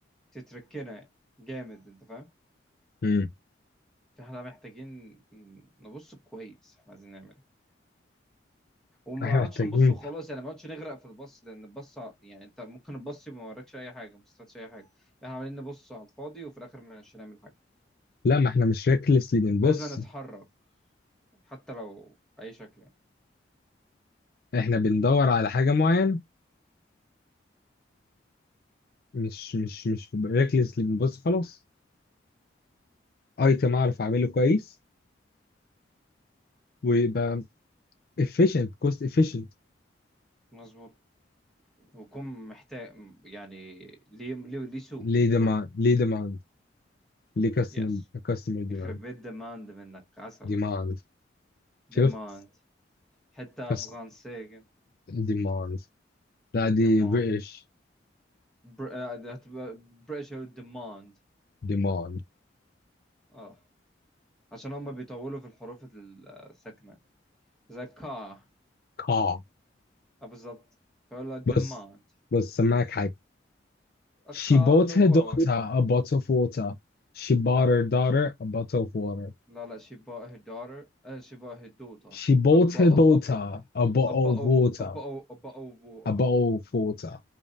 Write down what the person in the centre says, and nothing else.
تتركنا جامد انت فاهم
فاحنا محتاجين نبص كويس احنا عايزين نعمل ايه وما
نقعدش
نبص وخلاص يعني ما نقعدش نغرق في البص لان البص ع- يعني انت ممكن البص ما وراكش اي حاجه ما استفادش اي حاجه احنا عمالين نبص على الفاضي وفي الاخر مش هنعمل حاجه
لازم نتحرك حتى لو باي شكل يعني
مظبوط ويكون محتاج يعني ليه ليه ليه سوق
برضه
يس
يخرب بيت ديماند منك عسل
ديماند حتى
فرنسية
ديماند
بر... آه، ده هتبقى بريتش ديماند
اه عشان هم بيطولوا في الحروف الساكنه ذكاء
آه، بالضبط فلا الدماء
A
car
on the
wall
لا
ش-
لا لا she bought her daughter آه, she bought her daughter
a bo-
a bo-
a bottle
a bottle a bottle of water